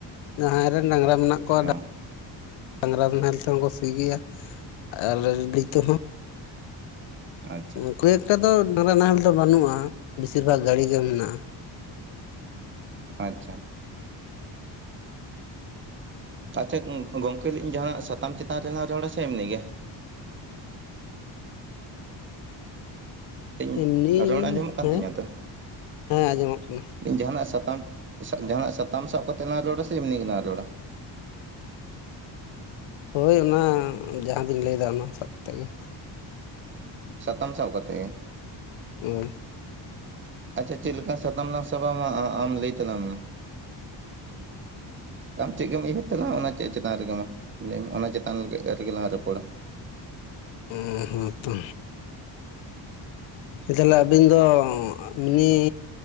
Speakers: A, on the left (about 75°); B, on the right (about 25°).
A: ᱡᱟᱦᱟᱸᱭ ᱨᱮᱱ ᱰᱟᱝᱨᱟ ᱢᱮᱱᱟᱜ ᱠᱚᱣᱟ ᱰᱟᱝᱨᱟ
B: ᱚ
A: ᱰᱟᱝᱜᱨᱟ ᱱᱟᱦᱮᱞ ᱛᱮᱦᱚᱸ ᱠᱚ ᱥᱤ ᱜᱮᱭᱟ ᱟᱨ ᱜᱟᱰᱤ ᱛᱮ ᱦᱚᱸ᱾
B: ᱟᱪᱪᱷᱟ
A: ᱠᱷᱩᱵ ᱮᱠᱴᱟ ᱫᱚ ᱰᱟᱝᱨᱟ ᱱᱟᱦᱮᱞ ᱫᱚ ᱵᱟᱹᱱᱩᱜᱼᱟ ᱵᱤᱥᱤᱨ ᱵᱷᱟᱜᱽ ᱜᱟᱰᱤ ᱜᱮ ᱢᱮᱱᱟᱜᱼᱟ
B: ᱳ ᱟᱪᱷᱟ ᱟᱪᱪᱷᱟ ᱜᱚᱝᱠᱮ ᱞᱟᱹᱭ ᱤᱫᱟᱹᱧ ᱡᱟᱦᱟᱸᱱᱟᱜ ᱥᱟᱛᱟᱢ ᱪᱮᱛᱟᱱ ᱨᱮᱞᱟᱝ ᱨᱚᱲᱟ ᱥᱮ ᱮᱢᱱᱤ ᱜᱮ ᱤᱧ
A: ᱮᱢᱱᱤ
B: ᱨᱚᱲ ᱟᱸᱡᱚᱢᱚᱜ ᱠᱟᱱ
A: ᱦᱮᱸ
B: ᱛᱤᱧᱟᱹ ᱛᱚ?
A: ᱦᱮᱸ ᱟᱸᱡᱚᱢᱚᱜ ᱠᱟᱱᱟ
B: ᱡᱟᱦᱟᱱᱟᱜ ᱥᱟᱛᱟᱢ ᱡᱟᱦᱟᱱᱟᱜ ᱥᱟᱛᱟᱢ ᱥᱟᱵ ᱠᱟᱛᱮ ᱞᱟᱝ ᱨᱚᱲᱟ ᱥᱮ ᱮᱢᱱᱤ ᱜᱮᱞᱟᱝ ᱨᱚᱲᱟ
A: ᱦᱳᱭ ᱚᱱᱟ ᱡᱟᱦᱟᱸᱵᱤᱱ ᱞᱟᱹᱭᱮᱫᱟ ᱚᱱᱟ ᱥᱟᱵ ᱠᱟᱛᱮᱫ ᱜᱮ
B: ᱥᱟᱛᱟᱢ ᱥᱟᱵ ᱠᱟᱛᱮ ᱜᱮ
A: ᱦᱳᱭ
B: ᱟᱪᱷᱟ ᱪᱮᱫ ᱞᱮᱠᱟ ᱥᱟᱛᱟᱢ ᱞᱟᱝ ᱥᱟᱵᱟ? ᱟᱢ ᱞᱟᱹᱭ ᱛᱟᱞᱟᱝ ᱢᱮ ᱟᱢ ᱪᱮᱫ ᱜᱮᱢ ᱩᱭᱦᱟᱹᱨ ᱛᱟᱞᱟᱝ ᱚᱱᱟ ᱪᱮᱫ ᱪᱮᱛᱟᱱ ᱨᱮᱜᱮ ᱢᱟ ᱞᱟᱹᱭ ᱢᱮ ᱚᱱᱟ ᱪᱮᱛᱟᱱ ᱨᱮᱜᱮ ᱞᱟᱝ ᱨᱚᱯᱚᱲᱟ
A: ᱚᱸᱻ ᱦᱩᱸ ᱛᱚ ᱛᱟᱦᱞᱮ ᱟᱹᱵᱤᱱ ᱫᱚ ᱮᱢᱱᱤ